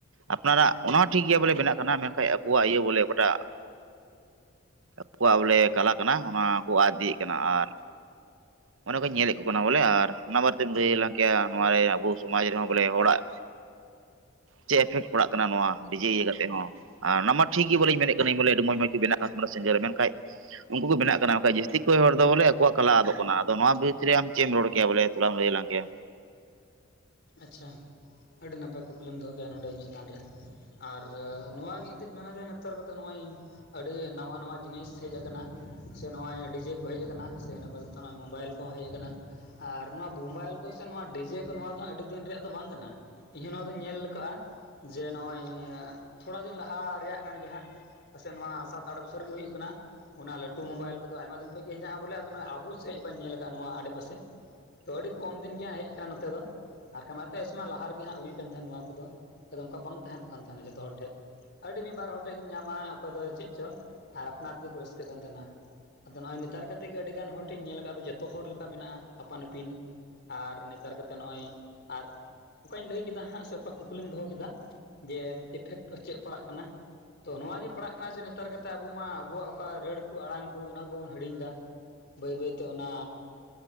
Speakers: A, on the right (about 75°); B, on the left (about 55°).
A: ᱟᱯᱱᱟᱨᱟᱜ ᱚᱱᱟ ᱦᱚᱸ ᱴᱷᱤᱠ ᱜᱮᱭᱟ ᱵᱚᱞᱮ ᱵᱮᱱᱟᱜ ᱠᱟᱱᱟ ᱢᱮᱱᱠᱷᱟᱡ ᱟᱵᱚᱣᱟᱜ ᱤᱭᱟᱹ ᱵᱚᱞᱮ ᱚᱠᱟᱴᱟᱜ, ᱟᱠᱩᱣᱟᱜ ᱵᱚᱞᱮ ᱠᱟᱞᱟ ᱠᱟᱱᱟ ᱚᱱᱟ ᱠᱚ ᱟᱫ ᱤᱫᱤᱭᱮᱜ ᱠᱟᱱᱟ ᱟᱨ, ᱚᱱᱟ ᱠᱚᱧ ᱧᱮᱞᱮᱜ ᱠᱚ ᱠᱟᱱᱟ ᱵᱚᱞᱮ ᱟᱨ ᱚᱱᱟ ᱵᱟᱨᱮᱛᱮᱢ ᱞᱟᱹᱭ ᱟᱞᱟᱝ ᱠᱮᱭᱟ ᱱᱚᱣᱟ ᱨᱮ ᱟᱵᱚ ᱥᱚᱢᱟᱡᱽ ᱨᱮᱦᱚᱸ ᱵᱚᱞᱮ ᱦᱚᱲᱟᱜ ᱪᱮᱜ ᱮᱯᱷᱮᱴ ᱯᱟᱲᱟᱜ ᱠᱟᱱᱟ ᱱᱚᱣᱟ ᱰᱤᱡᱮ ᱤᱭᱟᱹ ᱠᱟᱛᱮ ᱦᱚᱸ? ᱟᱨ ᱚᱱᱟ ᱢᱟ ᱴᱷᱤᱠ ᱜᱮ ᱵᱚᱞᱮᱧ ᱢᱮᱱᱮᱜ ᱠᱟᱹᱱᱟᱹᱧ ᱵᱚᱞᱮ ᱟᱹᱰᱤ ᱢᱚᱡᱽ ᱢᱚᱡᱽ ᱠᱚ ᱵᱮᱱᱟᱜ ᱠᱟᱱ ᱛᱟᱵᱚᱱᱟ ᱥᱤᱧᱡᱟᱨ ᱢᱮᱱᱠᱷᱟᱡ, ᱩᱱᱠᱩ ᱠᱚ ᱵᱮᱱᱟᱜ ᱠᱟᱱᱟ ᱵᱟᱝ ᱠᱷᱟᱡ ᱡᱟᱹᱥᱛᱤ ᱠᱚᱭ ᱦᱚᱲ ᱫᱚ ᱵᱚᱞᱮ ᱟᱠᱚᱣᱟᱜ ᱠᱟᱞᱟ ᱟᱫᱚᱜ ᱠᱟᱱᱟ᱾ ᱛᱚ ᱱᱚᱣᱟ ᱵᱤᱨᱩᱫ ᱨᱮ ᱟᱢ ᱪᱮᱜ ᱮᱢ ᱨᱚᱲ ᱠᱮᱭᱟ ᱵᱚᱞᱮ ᱛᱷᱚᱲᱟᱢ ᱞᱟᱹᱭ ᱟᱞᱟᱝ ᱠᱮᱭᱟ᱾
B: ᱟᱪᱪᱷᱟ ᱟᱹᱰᱤ ᱱᱟᱯᱟᱭ ᱠᱩᱠᱞᱤᱢ ᱫᱚᱦᱚ ᱠᱮᱜᱼᱟ ᱱᱚᱸᱰᱮ ᱤᱧ ᱪᱮᱛᱟᱱ ᱨᱮ᱾ ᱟᱨ ᱱᱚᱣᱟ ᱜᱮ ᱤᱧ ᱫᱩᱧ ᱢᱮᱱᱟ ᱡᱮ ᱱᱮᱛᱟᱨ ᱠᱟᱛᱮᱜ ᱱᱚᱜᱼᱚᱭ ᱟᱹᱰᱤ ᱱᱟᱣᱟ ᱱᱟᱣᱟ ᱡᱤᱱᱤᱥ, ᱦᱮᱡ ᱟᱠᱟᱱᱟ ᱥᱮ ᱱᱚᱜ ᱚᱭ ᱰᱤᱡᱮ ᱠᱚ ᱦᱮᱡ ᱟᱠᱟᱱᱟ ᱥᱮ ᱱᱤᱭᱟᱹ ᱵᱟᱫ ᱠᱟᱛᱮ ᱱᱚᱣᱟ ᱢᱳᱵᱟᱭᱤᱞ ᱠᱚᱦᱚᱸ ᱦᱮᱡ ᱟᱠᱟᱱᱟ ᱟᱨ ᱱᱚᱣᱟ ᱢᱳᱵᱟᱭᱤᱞ ᱠᱚ ᱥᱮ ᱱᱚᱣᱟ ᱰᱤᱡᱮ ᱠᱚ ᱱᱚᱣᱟ ᱟᱹᱰᱤ ᱫᱤᱱ ᱨᱮᱭᱟᱜ ᱫᱚ ᱵᱟᱝ ᱠᱟᱱᱟ ᱤᱧ ᱦᱚᱸ ᱱᱚᱣᱟ ᱫᱚᱧ ᱧᱮᱞ ᱟᱠᱟᱜᱼᱟ, ᱡᱮ ᱱᱚᱜᱼᱚᱭ ᱛᱷᱚᱲᱟ ᱫᱤᱱ ᱞᱟᱦᱟ ᱨᱮᱭᱟᱜ ᱠᱟᱱ ᱜᱮ ᱦᱟᱸᱜ, ᱯᱟᱥᱮᱜ ᱱᱚᱣᱟ ᱥᱟᱛ ᱟᱴ ᱵᱚᱪᱷᱚᱨ ᱜᱮ ᱦᱩᱭᱩᱜ ᱠᱟᱱᱟ᱾ ᱚᱱᱟ ᱞᱟᱹᱴᱩ ᱢᱳᱵᱟᱭᱤᱞ ᱠᱚᱫᱚ ᱟᱭᱢᱟ ᱫᱤᱱ ᱠᱷᱚᱡ ᱜᱮ ᱦᱮᱱᱟᱜᱼᱟ ᱵᱚᱞᱮ ᱟᱫᱚ ᱱᱚᱜ ᱚᱭ ᱟᱵᱚ ᱥᱮᱜ ᱚᱠᱟᱧ ᱧᱮᱞ ᱟᱠᱟᱜᱼᱟ ᱱᱚᱣᱟ ᱟᱰᱮᱯᱟᱥᱮ ᱛᱚ ᱟᱹᱰᱤ ᱠᱚᱢ ᱫᱤᱱ ᱜᱮᱸ ᱦᱮᱡ ᱟᱠᱟᱱᱟ ᱱᱚᱛᱮ ᱫᱚ, ᱟᱨᱠᱷᱟ ᱢᱟᱛᱚ ᱤᱥᱢᱟ ᱞᱟᱦᱟ ᱨᱮᱜᱮ ᱦᱟᱸᱜ ᱦᱩᱭ ᱠᱟᱱ ᱛᱟᱦᱮᱱ ᱱᱚᱣᱟ ᱠᱚᱫᱚ ᱟᱫ ᱚᱱᱠᱟ ᱵᱟᱝ ᱛᱟᱦᱮᱱᱚᱜ ᱠᱟᱱ ᱛᱟᱦᱮᱱᱟ ᱡᱚᱛᱚ ᱦᱚᱲ ᱴᱷᱮᱡ᱾ ᱟᱹᱰᱤ ᱢᱤᱜ ᱵᱟᱨ ᱦᱚᱲ ᱴᱷᱮᱡ ᱜᱮᱢ ᱧᱟᱢᱟ᱾ ᱚᱠᱚᱭ ᱫᱚ ᱪᱮᱜ ᱪᱚ ᱟᱨ ᱟᱯᱱᱟᱨ ᱛᱮᱠᱚ ᱨᱟᱹᱥᱠᱟᱹᱜ ᱠᱟᱱ ᱛᱟᱦᱮᱱᱟ ᱟᱫᱚ ᱱᱚᱜ ᱚᱭ ᱱᱮᱛᱟᱨ ᱠᱟᱛᱮ ᱜᱮ ᱟᱹᱰᱤ ᱜᱟᱱ ᱦᱚᱲ ᱴᱷᱮᱜ ᱤᱧ ᱧᱮᱞ ᱟᱠᱟᱜ ᱟᱫᱚ ᱡᱚᱛᱚ ᱦᱚᱲ ᱞᱮᱠᱟ ᱢᱮᱱᱟᱜ ᱟ ᱟᱯᱟᱱ ᱟᱹᱯᱤᱱ ᱟᱨ ᱱᱮᱛᱟᱨ ᱠᱟᱛᱮ ᱱᱚᱜᱼᱚᱭ ᱟᱨ ᱚᱠᱟᱧ ᱞᱟᱹᱭ ᱠᱮᱫᱟ ᱦᱟᱸᱜ ᱥᱮ ᱚᱠᱟ ᱠᱩᱠᱞᱤᱢ ᱫᱚᱦᱚ ᱠᱮᱫᱟ, ᱡᱮ ᱤᱯᱷᱮᱠᱴ ᱚ ᱪᱮᱫ ᱯᱟᱲᱟᱜ ᱠᱟᱱᱟ᱾ ᱛᱚ ᱱᱚᱣᱟᱜ ᱜᱮ ᱯᱟᱲᱟᱜ ᱠᱟᱱᱟ ᱡᱮ ᱱᱮᱛᱟᱨ ᱠᱟᱛᱮᱫ ᱟᱵᱚ ᱢᱟ ᱟᱵᱚᱣᱟᱜ ᱚᱠᱟ ᱨᱟᱹᱲ ᱠᱚ ᱟᱲᱟᱝ ᱠᱚ ᱚᱱᱟ ᱠᱚᱵᱚᱱ ᱦᱤᱲᱤᱧ ᱫᱟ, ᱵᱟᱹᱭ ᱵᱟᱹᱭ ᱛᱮ ᱚᱱᱟ